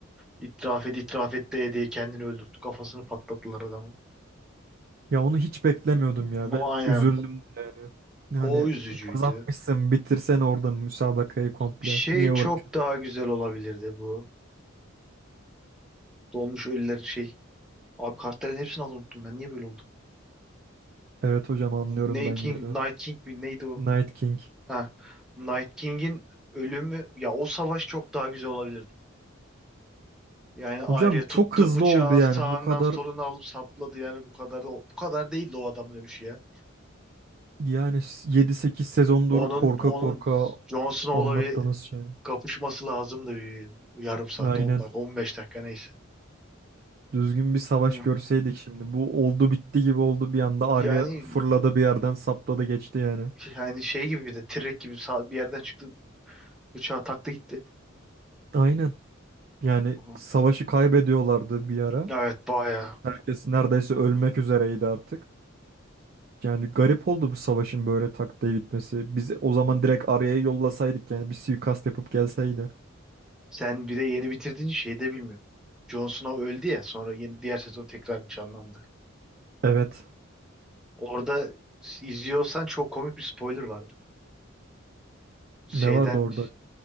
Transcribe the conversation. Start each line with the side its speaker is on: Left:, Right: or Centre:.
Centre: İtiraf et, itiraf et diye diye kendini öldürttü. Kafasını patlattılar adamın.
Right: Ya onu hiç beklemiyordum
Centre: Hı hı.
Right: ya
Centre: O
Right: ve
Centre: aynen.
Right: üzüldüm de yani. Yani
Centre: O üzücüydü.
Right: kazanmışsın bitirsen orada müsabakayı komple.
Centre: Şey
Right: Niye
Centre: çok
Right: uğraşıyorsun?
Centre: daha güzel olabilirdi bu. Dolmuş ölülerin şey. Abi kartların hepsini az unuttum ben. Niye böyle oldu?
Right: Evet hocam anlıyorum
Centre: Ney
Right: ben
Centre: King,
Right: yine de.
Centre: Night King mi neydi o?
Right: Night King.
Centre: Ha. Night King'in ölümü ya o savaş çok daha güzel olabilirdi. Yani Arya
Right: Hocam
Centre: tuttu
Right: çok hızlı
Centre: bıçağı
Right: oldu yani
Centre: sağından
Right: bu kadar
Centre: soluna alıp sapladı yani bu kadar da bu kadar değildi o adamın ölüşü ya.
Right: yani yedi sekiz sezondur
Centre: Onun
Right: korka
Centre: onun
Right: korka
Centre: Jon Snow'la
Right: anlattığınız
Centre: bir
Right: şey.
Centre: kapışması lazımdı bir yarım saat
Right: Aynen.
Centre: 10 dakika 15 dakika neyse.
Right: Düzgün bir savaş
Centre: Hı.
Right: görseydik şimdi. Bu oldu bitti gibi oldu bir anda. Arya
Centre: Yani
Right: fırladı bir yerden sapladı geçti yani.
Centre: yani şey gibi bir de T-Rex gibi sağ- bir yerden çıktı bıçağı taktı gitti.
Right: Aynen. Yani
Centre: Hı.
Right: savaşı kaybediyorlardı bir ara.
Centre: Evet bayağı.
Right: Herkes neredeyse ölmek
Centre: Hı.
Right: üzereydi artık. Yani garip oldu bu savaşın böyle tak diye bitmesi. Biz o zaman direkt Arya'yı yollasaydık yani bir suikast yapıp gelseydi.
Centre: Sen bir de yeni bitirdiğin şeyi de bilmiyorsun. Jon Snow öldü ya sonra yeni diğer sezon tekrar canlandı.
Right: Evet.
Centre: Orada izliyorsan çok komik bir spoiler vardı. Şeyden
Right: Ne vardı orada?